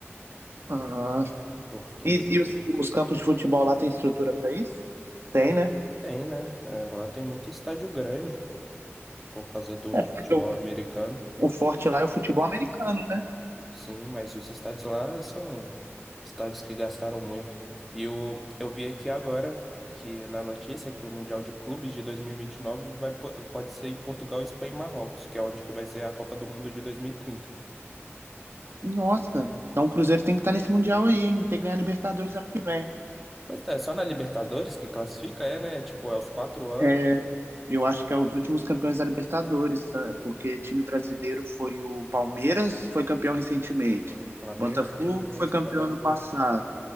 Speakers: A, on the right; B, in the centre.
A: Ah.
B: Porque,
A: E, e os, os campos de futebol lá tem estrutura pra isso? Tem,
B: ah,
A: né?
B: tem, né? É, lá tem muito estádio grande. por causa do
A: É porque
B: futebol
A: o,
B: americano.
A: o forte lá é o futebol americano, né?
B: Sim, mas os estádios lá são estádios que gastaram muito. E o, eu vi aqui agora que na notícia que o Mundial de Clubes de dois mil e e vinte e nove vai, po- pode ser em Portugal, Espanha e Marrocos, que é onde que vai ser a Copa do Mundo de 2030.
A: Nossa, então o Cruzeiro tem que estar nesse Mundial aí, hein? Tem que ganhar a Libertadores ano que vem.
B: Mas tá, é só na Libertadores que classifica, é, né? Tipo, é os quatro anos.
A: É, eu acho que é os últimos campeões da Libertadores, tá? porque time brasileiro foi o Palmeiras, foi campeão recentemente.
B: Foi Flamengo,
A: Botafogo
B: Fluminense
A: foi campeão
B: e Botafogo.
A: ano passado.